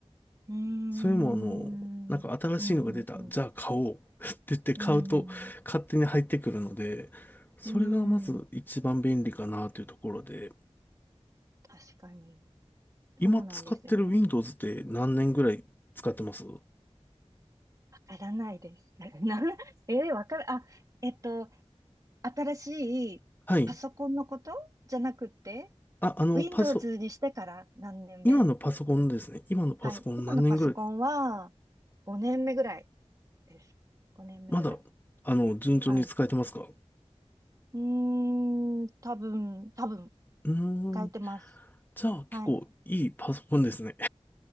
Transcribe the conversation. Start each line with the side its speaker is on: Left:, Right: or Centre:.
Right: うーん。
Left: それもあの、なんか新しいのが出た、
Right: うんうんうん。
Left: じゃあ買おう <laughs> って言って買うと勝手に入ってくるので、
Right: うん
Left: それがまず一番便利かなというところで、
Right: うん。うん。確かに。
Left: 今使ってる
Right: そうなんですよね。
Left: Windows って何年ぐらい使ってます
Right: わからないです。<laughs> な、えー、わかる、あ、えっと、新しいパソコンのことじゃなくて、
Left: はい。あ、あの、
Right: Windows
Left: パソ、
Right: にしてから何年目
Left: 今のパソコンですね。今のパソコン何年ぐらい、
Right: はい。今のパソコンは5年目ぐらいです。5年目ぐらい。
Left: まだ、あの、順調に使えてますか
Right: はい。うーん、多分、多分、
Left: うーん。
Right: 使えてます。
Left: じゃあ結構いいパソコンですね。
Right: はい。